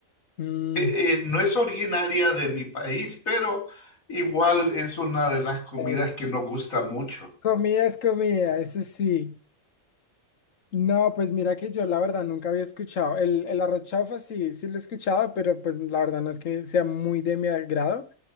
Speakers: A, on the left (about 70°); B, on the left (about 90°).
A: Mm,
B: Eh, eh, no es originaria de mi país, pero igual es una de las comidas
A: eh,
B: que nos gusta mucho,
A: Comida es comida, eso sí. No, pues mira que yo la verdad nunca había escuchado. El, el arroz chaufa sí, sí lo he escuchado, pero pues la verdad no es que sea muy de mi agrado.